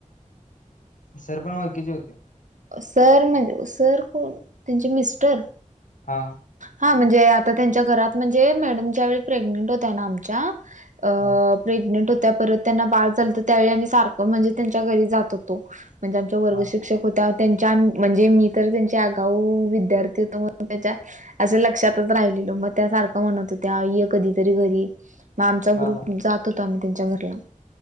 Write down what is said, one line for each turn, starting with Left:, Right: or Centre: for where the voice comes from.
Left: सर पण ओळखीचे होते.
Right: सर म्हणजे सर कोण त्यांचे मिस्टर?
Left: हा.
Right: हा म्हणजे आता त्यांच्या घरात म्हणजे मॅडम ज्यावेेळी प्रेग्नेंट होतय ना आमच्या अ
Left: हा
Right: प्रेग्नेंट होत्या परत त्यांना बाळ झालतं त्यावेळी आम्ही सारखं म्हणजे त्यांच्या घरी जात होतो. म्हणजे आमच्या वर्ग
Left: हा हा
Right: शिक्षक होत्या त्यांच्या म्हणजे मी तर त्यांच्या आगाऊ विद्यार्थी होतो म त्याच्या असं लक्षातच राहिलेलो म त्यासारखं म्हणत होत्या ये कधीतरी घरी म आमचा
Left: हा
Right: ग्रुप
Left: हा
Right: जात होता आम्ही त्यांच्या घरला.